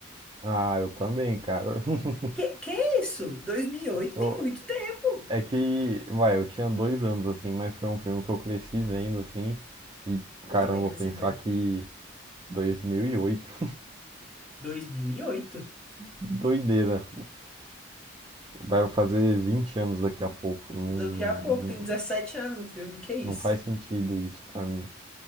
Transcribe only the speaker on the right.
Ah, eu também, cara. <laughs>
Eu-
é que, vai, eu tinha dois anos, assim, mas foi um filme que eu cresci vendo, assim, e caramba,
pensar
que 2008,
<laughs> doideira, vai fazer 20 anos daqui a pouco, não,
não faz sentido isso pra mim.